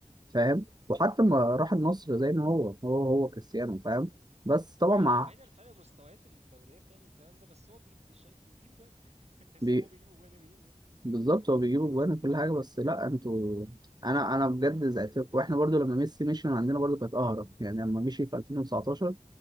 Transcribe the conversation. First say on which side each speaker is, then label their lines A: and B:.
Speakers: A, on the right; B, on the right.
A: فاهم وحتى ما راح النصر زي ما هو هو هو كريستيانو فاهم بس طبعا
B: بعيدا
A: مع
B: بعيدا عن فرق مستويات الدوريات يعني والكلام ده بس هو بي بيش- بيجيب جوان <laughs> زي
A: بي...
B: ما هو بيجيب جوان هي بيجيب جوان
A: بالظبط هو بيجيب اجوان وكل حاجه بس لا انتوا انا انا بجد زعلت لكم. واحنا برضو لما ميسي مشي من عندنا برضو كانت قهره يعني لما مشي في 2019